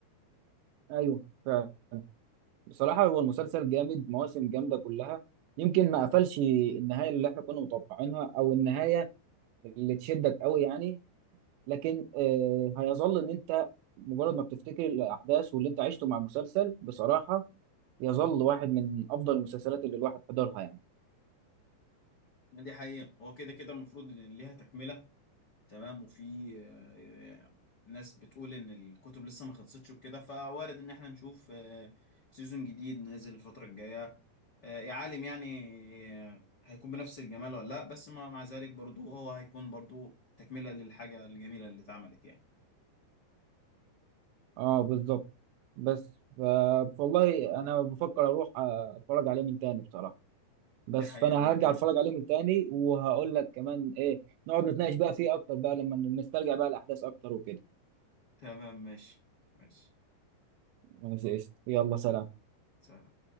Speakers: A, on the right (about 80°); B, on the left (about 85°).
A: ايوه فعلا بصراحه هو المسلسل جامد مواسم جامده كلها يمكن ما قفلش النهايه اللي احنا كنا متوقعينها او النهايه اللي تشدك قوي يعني لكن آه هيظل ان انت مجرد ما بتفتكر الاحداث واللي انت عشته مع المسلسل بصراحه يظل واحد من افضل المسلسلات اللي الواحد حضرها يعني
B: ما دي حقيقة هو كده كده المفروض ان ليها تكملة تمام وفي آه، ناس بتقول ان الكتب لسه ما خلصتش وكده فوارد ان احنا نشوف آه، سيزون جديد نازل الفترة الجاية آه، يا عالم يعني آه، هيكون بنفس الجمال ولا لا بس مع مع ذلك برضو هو هيكون برضو تكملة للحاجة الجميلة اللي اتعملت يعني
A: اه بالظبط بس ف- والله انا بفكر اروح آه، اتفرج عليه من تاني بصراحه
B: دي
A: بس
B: حقيقة
A: فانا
B: وانا
A: هرجع
B: كمان
A: اتفرج عليه من تاني وهقول لك كمان ايه نقعد نتناقش بقى فيه اكتر بقى لما نسترجع بقى الاحداث اكتر وكده
B: تمام ماشي ماشي
A: ماشي قشطة. يلا سلام
B: سلام